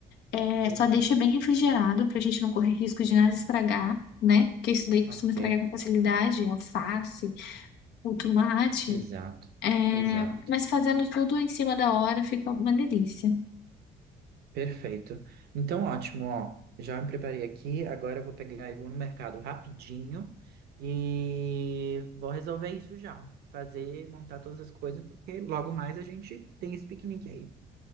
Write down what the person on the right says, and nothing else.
Exato.
Ok,
exato,
exato.
Perfeito. Então, ótimo, ó. Já me preparei aqui. Agora eu vou pegar e vou no mercado rapidinho e vou resolver isso já. Fazer, montar todas as coisas, porque logo mais a gente tem esse piquenique aí,